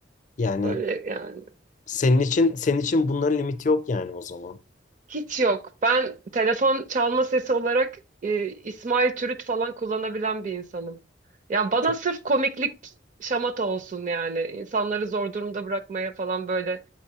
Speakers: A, on the left (about 45°); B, on the right (about 45°).
A: Yani
B: Böyle yani.
A: senin için senin için bunların limiti yok yani o zaman.
B: Hiç yok. Ben telefon çalma sesi olarak e, İsmail Türüt falan kullanabilen bir insanım. Ya bana
A: Çok.
B: sırf komiklik şamata olsun yani. İnsanları zor durumda bırakmaya falan böyle